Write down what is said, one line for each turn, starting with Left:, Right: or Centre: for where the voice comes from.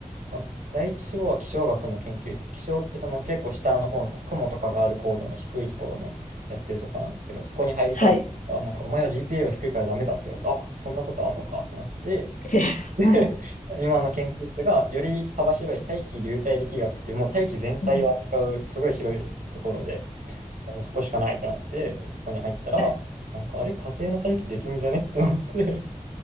Right: まあ、第一志望は気象学の研究室。気象ってその結構下の方の雲とかがある高度の低いところのやってるところなんですけど、そこに入りたい。
Left: はい。
Right: あ、なんかお前は GPA が低いからダメだって言われて、あ、そんなことあんのかってなって、
Left: えはい。
Right: <laughs> 今の研究室がより幅広い大気流体力学っていうもう大気全体を扱うすごい広いところで、
Left: うん。
Right: もうそこしかないってなって、そこに入ったら、
Left: はい。
Right: なんかあれ火星の大気できんじゃねってなって